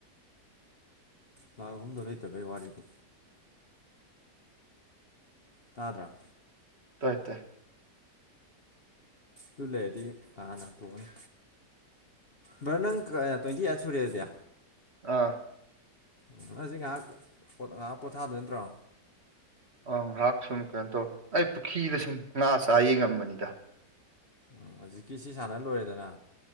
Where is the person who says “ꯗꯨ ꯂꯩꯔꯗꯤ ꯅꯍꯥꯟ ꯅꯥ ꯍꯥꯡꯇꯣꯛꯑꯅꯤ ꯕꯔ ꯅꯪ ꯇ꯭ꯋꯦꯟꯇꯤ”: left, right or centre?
Left